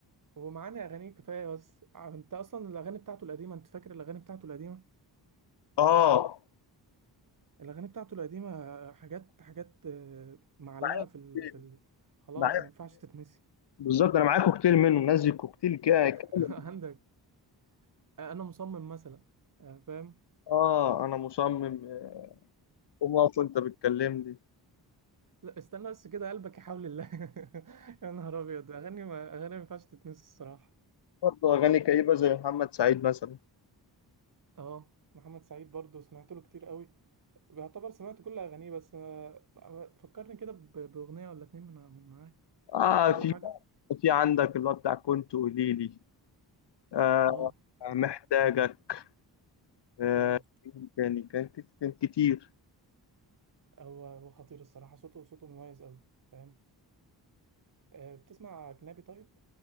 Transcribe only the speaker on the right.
ومعاني اغانيه كفايه بس انت اصلا الاغاني بتاعته القديمه انت فاكر الاغاني بتاعته القديمه
الاغاني بتاعته القديمه حاجات حاجات آه، معلقه
في ال...
في ال... خلاص
ما ينفعش تتنسي
<laughs> عندك انا مصمم مثلا آه، فاهم
لا استنى بس كده قلبك يحاول الله <laughs> يا نهار ابيض اغاني ما اغاني ما ينفعش تتنسي الصراحه
اه محمد سعيد برضو سمعت له كتير قوي بيعتبر سمعت كل اغانيه بس آه، آه، فكرني كده ب- باغنيه ولا اتنين من من معاه
فاكر
له حاجه
اه اه
اه
هو هو خطير الصراحه صوته صوته مميز قوي فاهم آه، بتسمع اجنبي طيب